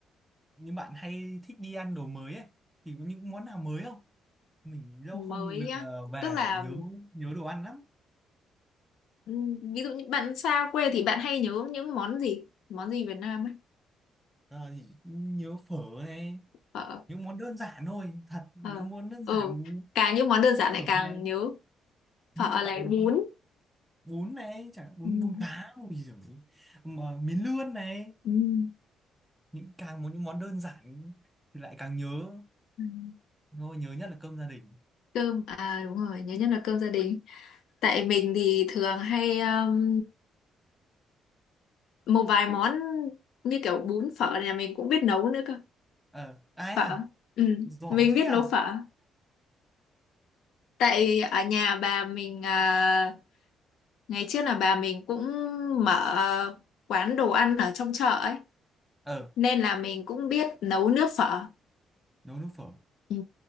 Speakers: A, in the centre; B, on the left (about 80°).
A: như bạn hay thích đi ăn đồ mới ấy thì có những món nào mới không mình lâu
B: mới
A: không được
B: á,
A: ờ, về
B: tức là
A: rồi nhớ nhớ đồ ăn lắm
B: ừm, ví dụ như bạn xa quê thì bạn hay nhớ những món gì món gì Việt Nam ấy
A: Ờ, thì nhớ phở này
B: phở
A: những món đơn giản thôi thật những
B: ờ
A: món đơn
B: ừ
A: giản như
B: càng những món đơn giản lại
A: phở
B: càng
A: này
B: nhớ
A: như
B: phở
A: bạn
B: này bún
A: nói bún này chẳng hạn bún
B: Ừm,
A: bún cá ui giời mà miến lươn này
B: ừm,
A: những càng muốn những món đơn giản thì lại càng nhớ
B: ừm.
A: thôi nhớ nhất là cơm gia đình
B: cơm à đúng rồi nhớ nhất là cơm gia đình tại mình thì thường hay um, một vài món như kiểu bún phở này là mình cũng biết nấu nữa cơ
A: ờ ai
B: phở
A: à
B: ừ
A: giỏi
B: mình
A: thế
B: biết
A: nhở
B: nấu phở tại ở nhà bà mình à, Ngày trước là bà mình cũng mở quán đồ ăn ở trong chợ ấy,
A: ờ
B: nên là mình cũng biết nấu nước phở.
A: nấu nước phở
B: Ừ,